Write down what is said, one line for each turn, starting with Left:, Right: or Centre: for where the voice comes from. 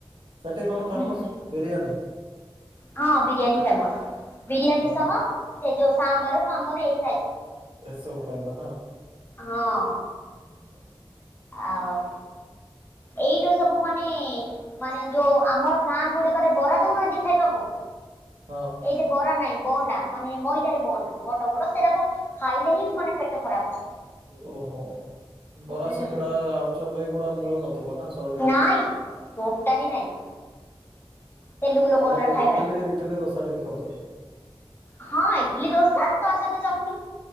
Right: ସେଠି କଣ ଫେମସ
Left: ହୁଁ ହୁଁ
Right: ବିରିୟାନୀ
Left: ହଁ ବିରିୟାନୀ ଫେମସ ବିରିୟାନୀ
Right: ଓହୋ
Left: ସହ ସେ ଯୋଉ ସାମ୍ବର କମର ଏଇାଇ
Right: ଏ ସବୁ ଖାଇବା ନା
Left: ହଁ
Right: ହୁଁ ହ
Left: ଆଉ ଏଇଟୋ ସବୁ ମାନେ ମାନେ ଯୋଉ ଆମର ଗାଁ ଗୁଡିକରେ ବରା ଦଉନାହାନ୍ତି ଖାଇବାକୁ
Right: ହଁ
Left: ଏଇ ଯେ ବରା ନାଇଁ ବହଣ୍ଡା ମାନେ ମଇଦାରେ ବହଣ୍ଡା ବଡ ବଡ ସେଟା ଖାଇଲେ ହିଁ ମାନେ ପେଟ ଖରାପ
Right: ଓହୋ ବରା
Left: ହୁଁ
Right: ସିଙ୍ଗଡା ଆଳୁଚ ଏଗୁଡା ମିଳୁନଥିବ ନା ସହଜରେ।
Left: ନାଇଁ ଟୋଟାଲି ନାଇଁ ତେଲୁଗୁ ଲୋକମାନଙ୍କର
Right: ତାଲେ
Left: ଖାଇବା
Right: ଇଟଲି
Left: ହିଁ
Right: ଇଟାଲି ଦୋସା ଟିକେ ଖାଉଥିବେ
Left: ହଁ ଇଡ଼ଲି ଦଶା ତା ସହିତ ଚଟଣି।